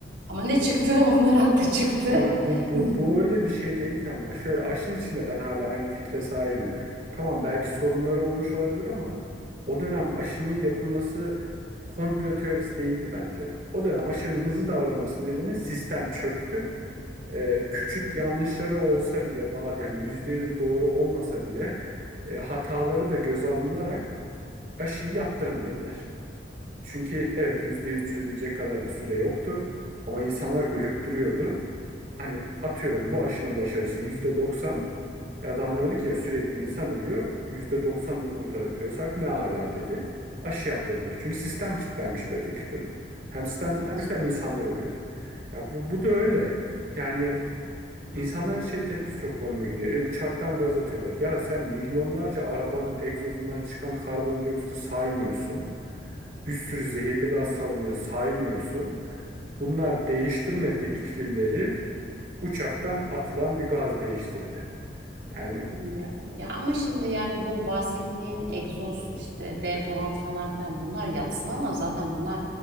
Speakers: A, on the right; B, on the right.
A: Ama ne çıktı? <laughs> Onlar haklı çıktı.
B: Ya bu, bu,
A: <laughs>
B: bu öyle bir şey değil ki ama şöyle aşı içinde ben hala aynı fikre sahibim. Tamam belki sorunları olmuş olabilir ama o dönem aşının yapılması komplo teorisi değildi bence. O dönem aşının hızlı davranması nedeni sistem çöktü. Ee, küçük yanlışları olsa bile ba- yani %100 doğru olmasa bile e, hataları da göze alınarak aşıyı yaptırın dediler. Çünkü evet %100 çözülecek kadar bir süre yoktu ama insanlar ölüp duruyordu hani atıyorum bu aşının başarısı %90. E adamlar dedi ki ya sürekli insan ölüyor. %90'ını kurtarabiliyorsak ne ala dedi. Aşı yaptırdı. Çünkü sistem kilitlenmişti öteki türlü. Hem sistem
A: Evet.
B: kilitlenmişti hem insanlar ölüyordu. Ya bu, bu da öyle. Yani insanların şey tepkisi çok komiğime gidiyor. E uçaktan gaz atıyorlar. Ya sen milyonlarca arabanın egzozundan çıkan karbondioksiti saymıyorsun. Bir sürü zehirli gaz salınıyor saymıyorsun. Bunlar değiştirmedi iklimleri uçaktan atılan bir gaz değiştirdi. Yani
A: Ya, ya ama şimdi yani bu bahsettiğin egzoz işte deodorant falan filan bunlar yatsın ama zaten bunlar